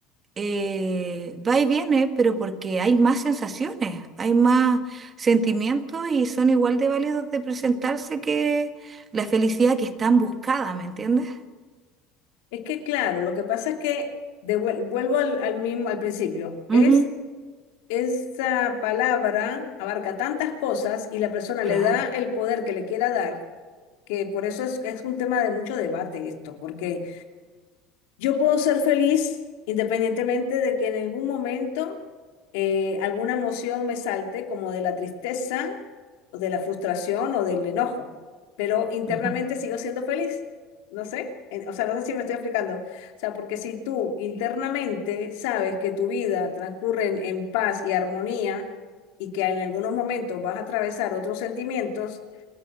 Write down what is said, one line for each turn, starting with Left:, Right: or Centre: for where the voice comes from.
Right: eh, va y viene, pero porque hay más sensaciones, hay más sentimientos y son igual de válidos de presentarse que la felicidad que es tan buscada, ¿me entiendes?
Left: Es que claro, lo que pasa es que de vuel- vuelvo al, al mismo al principio. Es
Right: Ujú,
Left: esa palabra abarca tantas cosas y la persona le
Right: Claro.
Left: da el poder que le quiera dar, que por eso es, es un tema de mucho debate esto, porque yo puedo ser feliz independientemente de que en algún momento eh, alguna emoción me salte, como de la tristeza o de la frustración o del enojo, pero internamente
Right: ujú.
Left: sigo siendo feliz. No sé, eh, o sea, no sé si me estoy explicando. O sea, porque si tú internamente sabes que tu vida transcurre en, en paz y armonía y que en algunos momentos vas a atravesar otros sentimientos,